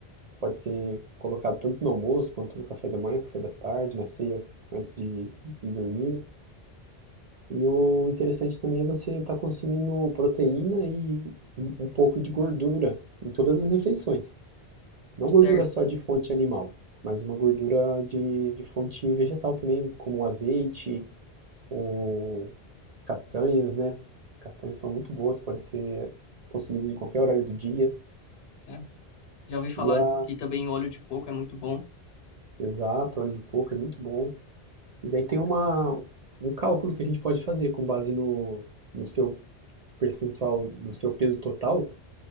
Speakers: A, on the right; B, on the left.
A: Pode ser colocado tanto no almoço, quanto no café da manhã, café da tarde, na ceia, antes de, de dormir. E o interessante também é você estar consumindo proteína e um um pouco de gordura em todas as refeições. Não gordura
B: certo?
A: só de fonte animal, mas uma gordura de, de fonte vegetal também, como o azeite ou castanhas, né? Castanhas são muito boas, pode ser consumidas em qualquer horário do dia.
B: É. Já ouvi falar
A: E a,
B: que também óleo de coco é muito bom.
A: exato, óleo de coco é muito bom. E daí tem uma, um cálculo que a gente pode fazer com base no, no seu percentual, no seu peso total.